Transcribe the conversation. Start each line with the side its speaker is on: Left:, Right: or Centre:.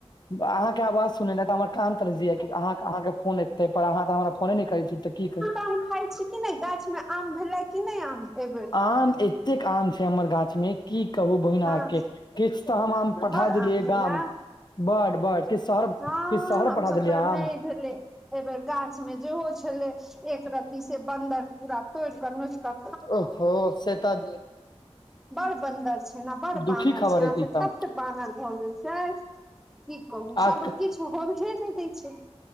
Left: अहाँके आवाज सुनिलै त हमर। कान तरइस जैये, अहाँ के फोन अबिते पर अहाँ तऽ हमरा फोने नहि करै छी, त की करी।
Centre: आम खााय छी कि नहि, गाछ मे आम भेलै कि नहि आम एबेर?
Left: आम एछ। एतेक आम छै हमर गाछ मे। की कहू बहिन अहाँके,
Centre: हँ
Left: किछु तऽ हम आम पठा
Centre: बड़
Left: देलियै
Centre: आम भेलै
Left: गाम बड- बड। किछु शहर
Centre: हँ
Left: किछु शहर
Centre: हमसब
Left: पठा देलियै
Centre: तऽ नहि
Left: आम
Centre: भेले। ए बेेर गाछ में, जेहो छले एक रती से, बन्दर पूरा तोड़ के, नोच क।
Left: ओहो! से त
Centre: बड़ बदर छै ने, बड़ बानर
Left: दुखी खबर
Centre: छै,
Left: अछि
Centre: से
Left: एकदम
Centre: तत बानर भऽ गेल छै की कहू,
Left: आ
Centre: सब किछ होबहे नहि दै छै।